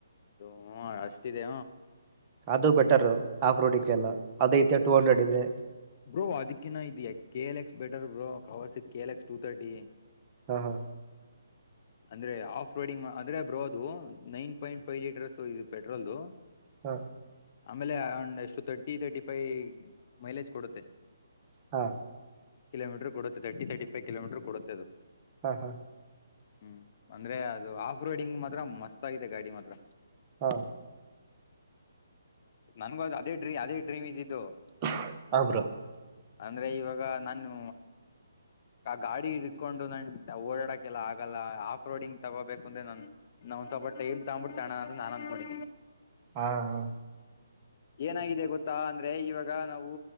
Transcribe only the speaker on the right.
ಅದು ಬೆಟರ್ ಆಫ್ ರೋಡ್ಿಕ ಎಲ್ಲ ಅದೇಐ ಟೂ ಹಂಡ್ರೆಡ್ ಇದೆ
ಹಾ ಹಾ
ಹಾ
ಹಾ
ಹಾ ಹಾ
ಹಾ
ಹ ಬ್ರೋ
ಹಾ ಹಾ